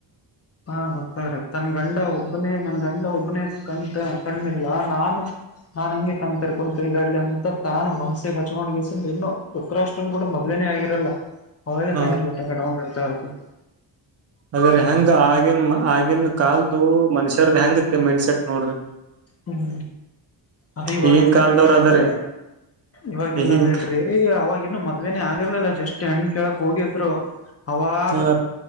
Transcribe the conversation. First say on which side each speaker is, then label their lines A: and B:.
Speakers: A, on the left; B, on the right.
A: ಹಾ ಗೊತ್ತಾದ್ರೆ ತನ್ ಗಂಡ ಒಬ್ಬನೇ ನನ್ನ ಗಂಡ ಒಬ್ಬನೇ ಕಣ್ತ ಕಣಿಲ್ಲ ನಾನು ನಾನ್ ಹಂಗೆ ಕಣ್ತರ್ಕ ತಿಗಾಡ್ಲಿ ಅಂತ ತಾನು ಮನ್ಸಿಗೆ ಹಚಣ್ಗಸ ಇನ್ನು ದೃತಾರಾಷ್ಟ್ರನ್ ಕೂಡ ಮದ್ವೆನನೆ ಆಗಿರಲ್ಲ ಅದ್ರಲ್ಲೂ
B: ಹ
A: ಕಣ್ಣಿಗೆ ಬ್ಬತ್ತೆ ಕಟ್ಕೊಂಡ್ ಇರ್ತಾಳ್ ಅವ್ಳು ಸ <inaudible>
B: ಅದ್ರ ಹಂಗ ಆಗನ್ ಆಗಿನ ಕಾಲ್ದುು ಮನ್ಷ್ಯರದ ಹೆಂಗ ಮೈನ್ಡಸೇಟ್ ನೋಡ್ರಿ
A: ಹ್ಮ್ ಅದ ಇವವಾಗಿಲ್ಲ
B: ಈಗಿನ ಕಾಲ್ದವ್ರ
A: ಬಿೇಡ್ರಿ ಅದ
B: ಅದಾರಿ
A: ಇವವಾಗಿಲ್ಲ
B: ಈಗಿನ್
A: ಬಿೇಡ್ರಿ ಅವಾಗ ಇನ್ನು ಮದ್ೇನೇ ಆಗಿರ್ಲಿಲ್ಲ ಜಸ್ಟ್ ಹೆಣ್ಣ ಕೇಳಕ್ ಹೋಗಿದ್ರು ಹ <inaudible> ಅವಾಗ
B: ಹ